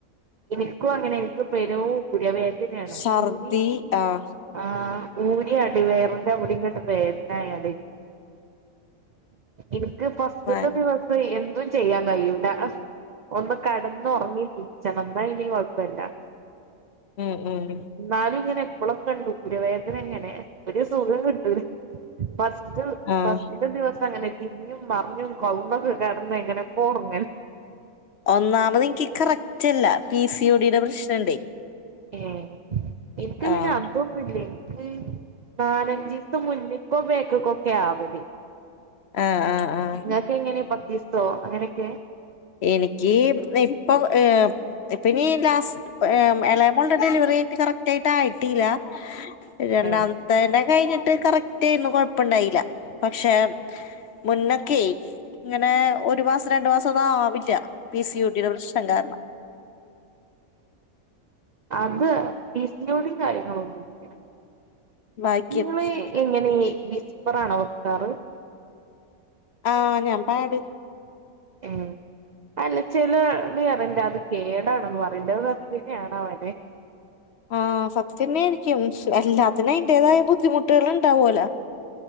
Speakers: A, on the right; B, on the left.
A: ഇൻക്കും അങ്ങനെ ഇൻക്ക് പെരൂ ഊരവേദനെണ്
B: ഛർദി
A: ഊരി
B: ആഹ്
A: ആഹ് ഊരി അടിവയറിന്റവടിം ഇങ്ങട്ട് വേദനായാല് ഇൻ ക്ക് ഫസ്റ്റ്ത്തെ
B: ഭയ
A: ദിവസം എന്തും ചെയ്യാൻ കയ്യൂല ഒന്ന് കടന്ന് ഒറങ്ങി ച്ചണം ന്നാ പിന്നീം കൊഴ്പ്പല്ലാ
B: ഉം ഉം
A: ന്നാലും ഇങ്ങനെ ഇപ്പളൊക്കെണ്ട് ഊരവേദന ഇങ്ങനെ ഒരു സുഖം കി ഉം ഫസ്റ്റ്
B: ആഹ്
A: ഫസ്റ്റ്ത്തെ ദിവസം അങ്ങനെ തിര്ഞ്ഞും മർഞ്ഞും കൗന്നൊക്കെ കടന്ന് എങ്ങനൊക്കെ ഒറങ്ങൽ
B: ഒന്നാമത് ൻക്ക് കറക്റ്റ് അല്ല പി സി ഒ ഡി ടെ പ്രശ്നണ്ടേ
A: ഏഹ് ഇൻക്ക്
B: ആഹ്
A: പിന്നെ അതും ന്നുല്ലാ ഇൻക്ക് നാലഞ്ചീസം മുന്ന്ക്കൊ ബേക്ക്ക്കൊക്കാ ആവല്
B: ആഹ് ആഹ് ആഹ്
A: ഇങ്ങക്ക് എങ്ങനെ പത്തിസോ അങ്ങനെക്കെ
B: എനിക്ക് ഇപ്പൊ ഏഹ് ഇപ്പനീ ലാസ്റ്റ് എളയ മോൾടെ ഡെലിവറി കയിഞ്ഞ്ട്ട് കറക്റ്റ് ആയിട്ട് ആയിട്ടില്ല രണ്ടാ
A: ഏഹ്
B: മത്തേന്റെ കയ്ഞ്ഞിട്ട് കറക്റ്റേന്നൂ കൊഴപ്പണ്ടായിലാ പക്ഷെ മുന്നക്കെയ് ഇങ്ങനെ ഒരു മാസം രണ്ട് മാസ ന്നും ആവില്ല പി സി ഒ ഡി ടെ പ്രശ്നം കാര്ണം
A: അത് പീ സി ഓ ഡിം കാര്യങ്ങളോന്നുല്ലാ
B: ഭാഗ്യം
A: ഇങ്ങള് എങ്ങനെ ഈ വിസ്പറാണോ വേക്കാറ്
B: ആഹ് ഞാൻ പാഡ്
A: ഏഹ് അല്ല ചെലോര് പറിണ്ട് അത് കേടാണെന്ന് പറീണ്ട് അത് സത്യന്നെ ആണാവലെ
B: ആഹ് സത്യന്നെരിക്കും എല്ലാത്തിനും അയിന്റേതായ ബുദ്ധിമുട്ടെള് ഇണ്ടാവോലൊ